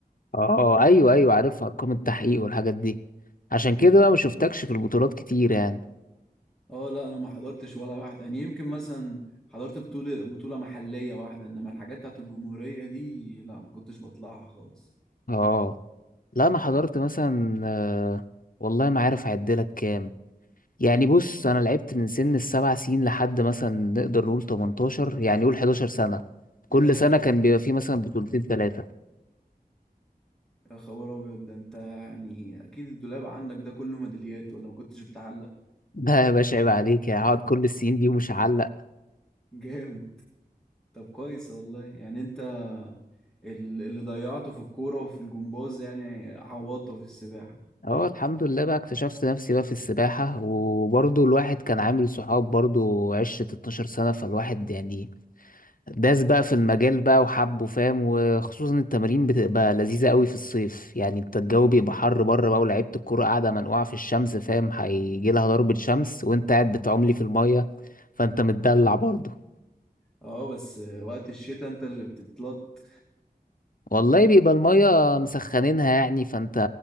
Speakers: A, on the left; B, in the centre.
A: أه أيوه أيوه عارفها أرقام التحقيق والحاجات دي عشان كده بقى ما شفتكش في البطولات كتير يعني
B: اه لا انا ما حضرتش ولا واحدة يعني يمكن مثلا حضرت بطولة بطولة محلية واحدة انما الحاجات بتاعت الجمهورية دي لا ما كنتش بطلعها خالص
A: أه لا انا حضرت مثلا آه، والله ما عارف اعدلك كام يعني بص انا لعبت من سن السبع سنين لحد مثلا نقدر نقول 18 يعني قول 11 سنه كل
B: يا
A: سنه كان بيبقى فيه مثلا بطولتين ثلاثه
B: يا خبر ابيض ده انت يعني اكيد الدولاب عندك ده كله ميداليات ولا ما كنتش بتعلق
A: <laughs> لا يا باشا عيب عليك يعني هقعد كل السنين دي ومش هعلق
B: جامد طب كويس والله يعني انت ال- اللي ضيعته في الكورة وفي الجمباز يعني عوضته في السباحة
A: اه الحمد لله بقى اكتشفت نفسي بقى في السباحه وبرضه الواحد كان عامل صحاب برضه عشره 12 سنه فالواحد يعني داس بقى في المجال بقى وحبه فاهم وخصوصا التمارين بتبقى لذيذة قوي في الصيف يعني انت الجو بيبقى حر بره بقى ولعيبة الكورة قاعدة منقوعة في الشمس فاهم هيجي لها ضربة شمس وانت قاعد بتعملي في المية فانت متدلع برضه
B: اه بس وقت الشتاء انت اللي بتتلط
A: والله بيبقى المية مسخنينها يعني فانت